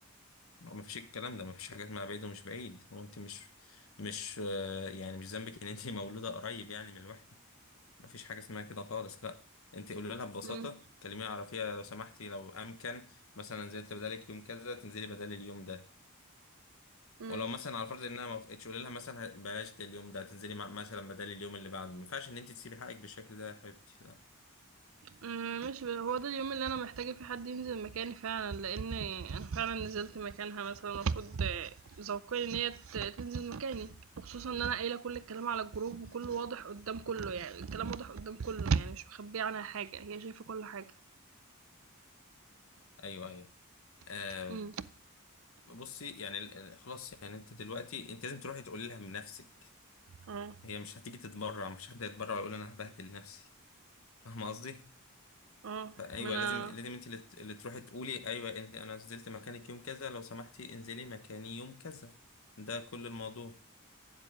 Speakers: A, on the left; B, on the right.
A: هو ما فيش الكلام ده ما فيش حاجه اسمها بعيد ومش بعيد هو انت مش مش آه، يعني مش ذنبك ان انت مولوده قريب يعني من الواحد مفيش حاجة اسمها كده خالص لا انت قولي لها ببساطة
B: مم.
A: كلميها عرفيها لو سمحتي لو امكن مثلا نزلت بدالك يوم كذا تنزلي بدالي اليوم ده
B: مم.
A: ولو مثلا على فرض انها ما وافقتش قولي لها مثلا ه- بلاش ده اليوم ده تنزلي مع- مثلا بدالي اليوم اللي بعده ما ينفعش ان انت تسيبي حقك بالشكل ده يا حبيبتي لا
B: امم، ماشي ب هو ده اليوم اللي أنا محتاجة فيه حد ينزل مكاني فعلًا، لإن أنا فعلًا نزلت مكانها مثلًا المفروض ذوقيا إن هي ت تنزل مكاني، وخصوصًا إن أنا قايلة كل الكلام على الجروب وكله واضح قدام كله يعني، الكلام واضح قدام كله يعني مش مخبية عنها حاجة، هي شايفة كل حاجة.
A: ايوه ايوه آه
B: امم،
A: بصي يعني ال- ال- خلاص يعني انت دلوقتي انت لازم تروحي تقولي لها من نفسك
B: آه،
A: هي مش هتيجي تتبرع مش حد يتبرع ويقول انا هبهدل نفسي فاهمه قصدي
B: آه،
A: ايوه
B: ما أنا
A: لازم لازم انت اللي ت- اللي تروحي تقولي ايوه انت انا نزلت مكانك يوم كذا لو سمحتي انزلي مكاني يوم كذا ده كل الموضوع